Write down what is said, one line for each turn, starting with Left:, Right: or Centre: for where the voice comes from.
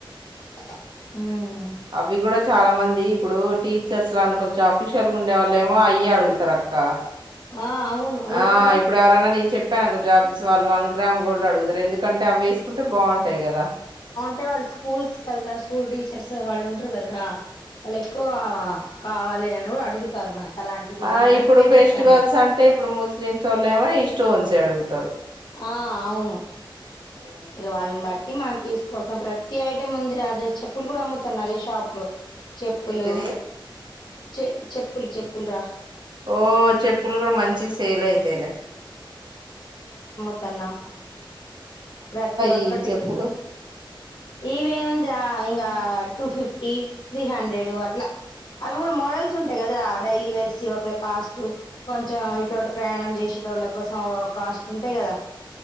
Left: హ
Right: అవి కూడా చాలా మంది ఇప్పుడు టీ టీచర్స్ ంటి కొంచంఫీషియల్ గా ఉండే వాళ్ళ ఏమో అయ్యే అడుగుతారు అక్క
Left: ఆ అవును అడుగుతారుగా
Right: ఆ ఇప్పుడు ఎవరన్నా నేను చెప్పాను ఒక జాబ్ చేసి వాళ్ళు వన్ గ్రామ్ గోల్డ్ అడుగుతారు ఎందుకు ఎందుకంటే అవి వేసుకుంటే బాగుంటాయి కదా
Left: అంటే వాళ్ళు స్కూల్స్ క వెతారు స్కూల్ టీచర్స్ వాళ్ళు ఉంటారు కదరాా వాళ్ళు ఎక్కువ కావాల అని అడుగుతారు మనకి అలాంటివిని
Right: ఆ
Left: అలాంటివే
Right: ఇప్పుడు ఫెస్టివల్స్
Left: తెస్తాను
Right: అంటే ఇప్పుడు ముస్లిమ్స్ వాళ్ళ ఏమో ఈస్టోన్స్ అడుగుతారు
Left: ఆ అవును
Right: ఆ
Left: ఇక వాళ్ళని బట్టి మనం తీసుకొస్తాం ప్రతి ఐటం ముందిదే చెప్పులు కూడా అమ్ముతాను అదే షాప్ లో చెప్పులు
Right: ఏంటిది
Left: చె చెప్పులు చెప్పులు రా
Right: ఓ చెప్పులు కూడా మంచి సేల్ అయితాలే
Left: త్తనం ప్రతి ఒక్కటి
Right: ఈ చెప్పులు
Left: ఇవి ఎం ఉంద్రా ఇంగా టూ ఫిఫ్టీ త్రీ హండ్రెడ్ అట్లా అవి కూడా మోడల్స్ ఉంటాయి కద రా డైలీ వర్సి ఒకరు కాస్ట్ కొంచెం ఇటువంటి ప్రయాణం చేసేట వాళ్ళ కోసం కాస్ట్ ఉంటాయి కదా